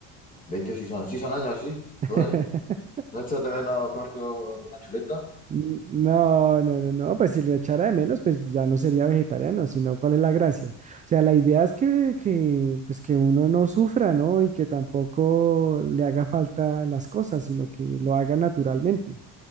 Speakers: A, on the left; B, on the right.
A: Veinte sí son, sí son años, sí.
B: <laughs>
A: Joder. ¿No echas de menos comerte u- una chuleta?
B: N- No, no, no, no, pues si le echara de menos, pues ya no sería vegetariano, sino cuál es la gracia. O sea, la idea es que, que, pues que uno no sufra, ¿no? Y que tampoco le haga falta las cosas, sino que lo haga naturalmente.